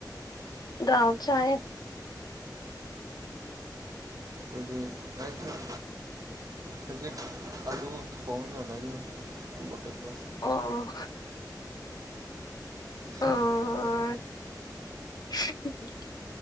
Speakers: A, on the left (about 65°); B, on the right (about 50°).
A: ꯗꯥꯜ ꯆꯥꯏꯌꯦ
B: ꯗꯨꯗꯤ ꯑꯩꯈꯣꯏ ꯍꯧꯖꯤꯛ ꯑꯂꯨ ꯊꯣꯡꯉꯒ ꯂꯩꯕꯅꯤ ꯄꯣꯇꯦꯇꯣ
A: ꯑꯣ
B: <unintelligible>
A: ꯑ <unintelligible>